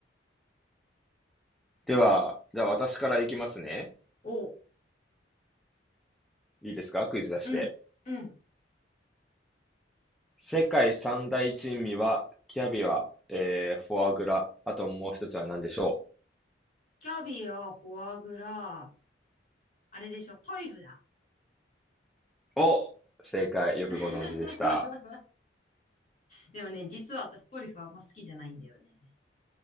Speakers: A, in the centre; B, on the left.
A: では、じゃあ私からいきますね。
B: お、う
A: いいですかクイズ出して。
B: ん、うん。
A: 世界三大珍味は、キャビア、えー、フォアグラ、あともう一つは何でしょ
B: キャビア、フォアグラ、あれでしょ、トリュフだ。
A: うお正解、よくご存知でした。
B: <laughs> でもね、実は私トリュフあんま好きじゃないんだよね。